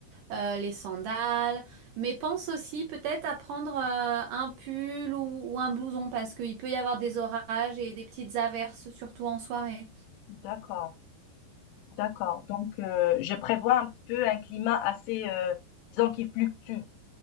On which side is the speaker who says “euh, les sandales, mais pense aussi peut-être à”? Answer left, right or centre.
Right